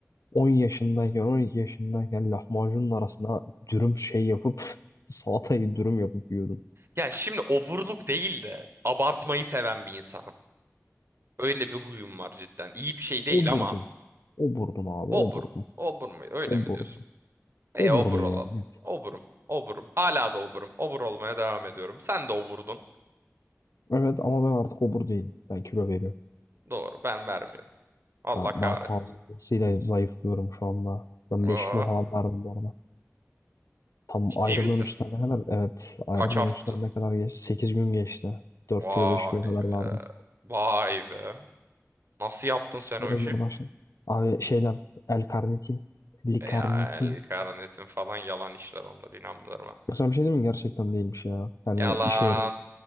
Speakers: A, on the left; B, on the right.
A: 10 yaşındayken 12 yaşındayken lahmacunun arasına dürüm şey yapıp <laughs> salatayı dürüm yapıp yiyordun.
B: Ya şimdi oburluk değil de abartmayı seven bir insanım. Öyle bir huyum var cidden. İyi bir şey değil
A: Oburdun.
B: ama
A: Oburdun abi
B: obur.
A: oburdun.
B: Obur mu? Öyle
A: Oburdun.
B: mi diyorsun? E
A: Oburdun
B: obur olalım.
A: yani.
B: Oburum. Oburum. Hala da oburum. Obur olmaya devam ediyorum. Sen de oburdun.
A: Evet ama ben artık obur değilim. Ben kilo veriyorum.
B: Doğru. Ben vermiyorum. Allah
A: Ben, ben
B: kahretsin.
A: fazlasıyla zayıflıyorum şu anda. Ben
B: Aa,
A: 5 kilo falan verdim bu arada. Tam
B: ciddi
A: ayrılığın
B: misin?
A: üstüne ne kadar? Evet ayrılığın
B: Kaç hafta?
A: üstüne ne kadar geçti? 8 gün geçti. 4
B: Vay
A: kilo 5 kilo kadar
B: be.
A: verdim.
B: Vay be. Nasıl yaptın
A: Spora
B: sen o işi?
A: geri başladım. Abi şeyden L-karnitin, L-karnitin.
B: E ya el karnetin falan yalan işler onlar inanmıyorum ha.
A: Ya Sana bir şey diyeyim mi? Gerçekten değilmiş ya. Hani
B: Yalan.
A: işe yarıyor.